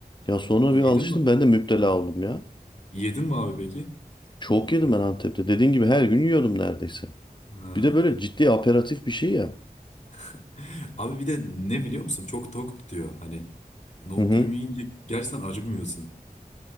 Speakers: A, on the left; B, on the left.
A: Ya sonra
B: Yedin
A: bir alıştım
B: mi?
A: ben de müptela oldum ya.
B: Yedin mi abi peki?
A: Çok
B: Nohut
A: yedim
B: dürüm.
A: ben Antep'te. Dediğin gibi her gün yiyordum neredeyse.
B: Ha.
A: Bir de böyle ciddi aperatif bir şey ya.
B: <laughs> Abi bir de ne biliyor musun? Çok tok tutuyor. Hani nohut
A: Hı hı.
B: dürüm yiyince gerçekten acıkmıyorsun.